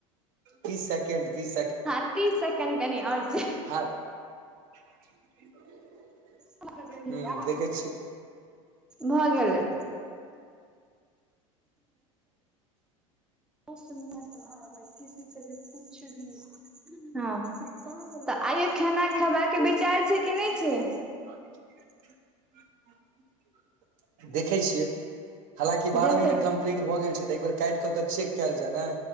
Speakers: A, on the right; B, in the centre.
A: तीस सेकेंड तीस
B: हँ तीस सेकंड कनि आओज
A: आ <unintelligible>
B: <unintelligible> खतर
A: ह
B: य
A: देखै छियै
B: भऽ गेलै सुन च किसी से भी कुछ भी हँ तऽ आइयो खेाना खेबाक के विचार छै कि नहि छै
A: <unintelligible> <unintelligible> देखै छियै हालकि बारह
B: देखै
A: म कलीट भऽ गेल छै तऽ एक बेर काटि क के चेकयलय ने